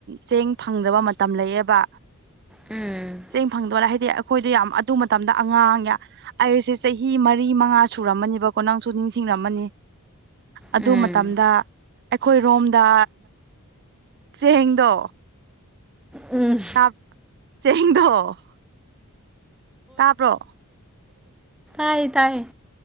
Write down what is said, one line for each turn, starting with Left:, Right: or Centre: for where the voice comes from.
Right: ꯆꯦꯡ ꯐꯪꯗꯕ ꯃꯇꯝ ꯂꯩꯌꯦꯕ
Centre: ꯎꯝ
Right: ꯆꯦꯡ ꯐꯪꯗꯣꯏꯅ ꯍꯥꯏꯗꯤ ꯑꯩꯈꯣꯏꯗꯣ ꯌꯥꯝ ꯑꯗꯨ ꯃꯇꯝꯗ ꯑꯉꯥꯡ ꯑꯩꯁꯦ ꯆꯍꯤ ꯃꯔꯤ ꯃꯉꯥ ꯁꯨꯔꯝꯃꯅꯤꯕꯀꯣ ꯅꯪꯁꯨ ꯅꯤꯡꯁꯤꯡ ꯝꯃꯅꯤ ꯑꯗꯨ
Centre: ꯎꯝ
Right: ꯃꯇꯝꯗ ꯑꯩꯈꯣꯏꯔꯣꯝꯗ ꯆꯦꯡꯗꯣ
Centre: ꯎꯝ
Right: ꯇꯥꯞ ꯆꯦꯡꯗꯣ ꯇꯥꯕ꯭ꯔꯣ
Centre: ꯥꯏ ꯇꯥꯏ